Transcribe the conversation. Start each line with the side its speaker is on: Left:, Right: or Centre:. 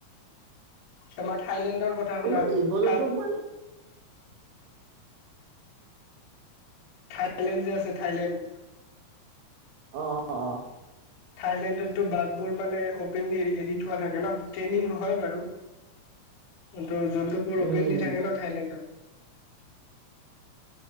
Left: তোমাৰ থাইলেণ্ডৰ কথা
Right: কোনো
Left: শুনা
Right: জীৱ জন্তুক
Left: থাত
Right: মানে
Left: থাইলেণ্ড যে আছে থাইলেণ্ড
Right: অ অ অ
Left: থাইলেণ্ডতো বাটবোৰ মানে অপেনলি এৰি থোৱা থাকে ন ট্ৰেইনিং হয় বাৰু। জন্তু জন্তুবোৰ
Right: উম
Left: অপেনলি থাকে ন থাইলেণ্ডত।